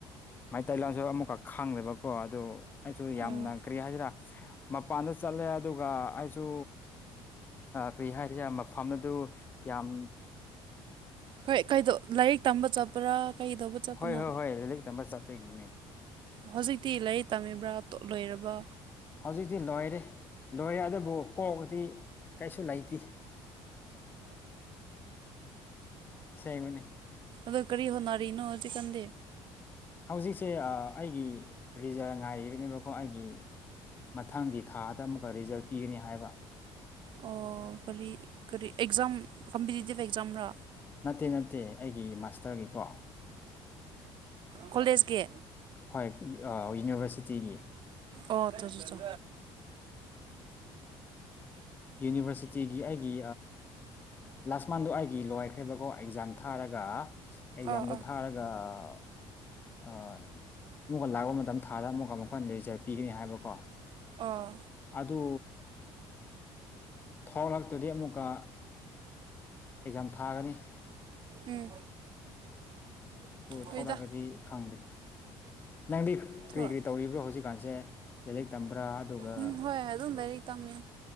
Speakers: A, on the left (about 20°); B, on the right (about 50°).
A: ꯃꯩꯇꯩ ꯂꯝꯁꯨ ꯑꯃꯨꯛꯀ ꯈꯥꯡꯗꯦꯕꯀꯣ ꯑꯗꯨ꯫ ꯑꯩꯁꯨ ꯌꯥꯝꯅ
B: ꯑꯣ
A: ꯀꯔꯤ ꯍꯥꯏꯁꯤꯔꯥ ꯃꯄꯥꯟꯗ ꯆꯠꯂꯦ ꯑꯗꯨꯒ ꯑꯩꯁꯨ꯫ ꯀꯔꯤ ꯍꯥꯏꯔꯤꯁꯦ ꯃꯐꯝ ꯑꯗꯨ ꯌꯥꯝ꯫
B: ꯍꯣꯏ ꯀꯩꯗꯣ ꯂꯥꯏꯔꯤꯛ ꯇꯝꯕ ꯆꯠꯄ꯭ꯔꯥ ꯀꯩꯗꯧꯕ ꯆꯠꯄꯅꯣ
A: ꯍꯣꯏ ꯍꯣꯏ ꯍꯣꯏ ꯏꯔꯤꯛ ꯇꯝꯕ ꯆꯠꯄꯒꯤꯅꯦ꯫
B: ꯍꯧꯖꯤꯛꯇꯤ ꯂꯥꯏꯔꯤꯛ ꯇꯝꯃꯤꯕ꯭ꯔꯥ ꯂꯣꯏꯔꯕꯣ꯫
A: ꯍꯧꯖꯤꯛꯇꯤ ꯂꯣꯏꯔꯦ ꯂꯣꯏꯔꯦ ꯑꯗꯨꯕꯨ ꯀꯣꯛꯗꯤ ꯀꯩꯁꯨ ꯂꯩꯇꯦ꯫ ꯑꯁꯦꯡꯕꯅꯤ꯫
B: ꯑꯗꯣ ꯀꯔꯤ ꯍꯣꯠꯅꯔꯤꯅꯣꯗꯤ ꯈꯪꯗꯦ꯫
A: ꯍꯧꯖꯤꯛꯁꯦ ꯑꯩꯒꯤ ꯔꯤꯖꯟ ꯉꯥꯏꯔꯤꯕꯅꯦꯕꯀꯣ ꯑꯩꯒꯤ꯫ ꯃꯊꯪꯒꯤ ꯊꯥꯗ ꯑꯃꯨꯛꯀ ꯔꯤꯖꯜ ꯄꯤꯒꯅꯤ ꯍꯥꯏꯕ꯫
B: ꯑꯣ ꯀꯔꯤ ꯀꯔꯤ ꯑꯦꯛꯖꯥꯝ ꯀꯝꯄꯤꯇꯤꯇꯤꯚ ꯑꯦꯛꯖꯥꯝꯔ꯫
A: ꯅꯠꯇꯦ ꯅꯠꯇꯦ ꯑꯩꯒꯤ ꯃꯥꯁꯇꯔꯒꯤꯀꯣ꯫
B: ꯀꯣꯂꯦꯁꯀꯤ꯫
A: ꯍꯣꯏ ꯌꯨꯅꯤꯚꯔꯁꯤꯇꯤꯒꯤ꯫
B: ꯑꯣ ꯆꯣꯆꯣ ꯆꯣ꯫
A: ꯌꯨꯅꯤꯚꯔꯁꯤꯇꯤꯒꯤ ꯑꯩꯒꯤ ꯂꯥꯁ ꯃꯟꯗꯣ ꯑꯩꯒꯤ ꯂꯣꯏꯈ꯭ꯔꯦꯕꯀꯣ ꯑꯦꯛꯖꯥꯝ ꯊꯥꯔꯒ ꯑꯦꯛꯖꯥꯝꯗꯣ
B: ꯑꯣ ꯑꯣ
A: ꯊꯥꯔꯒ ꯑꯥ ꯑꯥ ꯫ ꯑꯃꯨꯛ ꯂꯥꯛꯄ ꯃꯇꯝ ꯊꯥꯔ ꯑꯃꯛꯀ ꯃꯈꯣꯏꯅ ꯔꯤꯖꯟ ꯄꯤꯒꯅꯤ ꯍꯥꯏꯕꯀꯣ
B: ꯑꯣ
A: ꯑꯗꯨ꯫ ꯊꯣꯛ ꯂꯥꯛꯇ꯭ꯔꯗꯤ ꯑꯃꯨꯛꯀ꯫ ꯑꯦꯛꯖꯥꯝ ꯊꯥꯒꯅꯤ꯫
B: ꯎꯝ
A: ꯑꯗꯨ
B: ꯍꯣꯏꯗ
A: ꯊꯂꯛꯑꯒꯗꯤ ꯈꯪꯗꯦ꯫ ꯅꯪꯗꯤ
B: ꯊꯣꯔ
A: ꯀꯔꯤ ꯀꯔꯤ ꯇꯧꯔꯤꯕ꯭ꯔꯣ ꯍꯧꯖꯤꯛꯀꯥꯟꯁꯦ꯫ ꯂꯥꯏꯔꯤꯛ ꯇꯝꯕ꯭ꯔꯥ ꯑꯗꯨꯒ
B: ꯎꯝ ꯍꯣꯏ ꯑꯗꯨꯝ ꯂꯥꯏꯔꯤꯛ ꯇꯝꯃꯤ